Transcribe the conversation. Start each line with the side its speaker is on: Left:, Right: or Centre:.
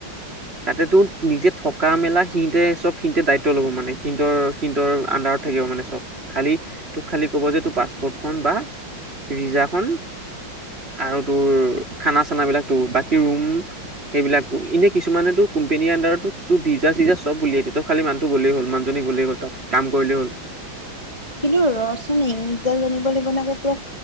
Right: তাতে তোৰ নিজে থকা মেলা সিহঁতে চব সিহঁতে দায়িত্ব ল'ব মানে সিহঁতৰ সিহঁতৰ আণ্ডাৰ থাকিব মানে চব, খালি তোক খালি কব যে তোৰ পাছপ'ৰ্টখন বা ভিজা খন আৰু তোৰ খানা চানা বিলাক বাকি ৰুম সেইবিলাকো এনে কিছুমানে তো কোম্পানীৰ আডাৰতো ত ভিজা চিজা চব উলিয়াই দিয়ে। তই খালী মানুহটো গলেই হল মানুজনী গলেই হল তাত কাম কৰিলেই হল।
Left: কিন্তু ৰচোন ইংলিছডাল জানিব লাগিব নহয় একে পুৰা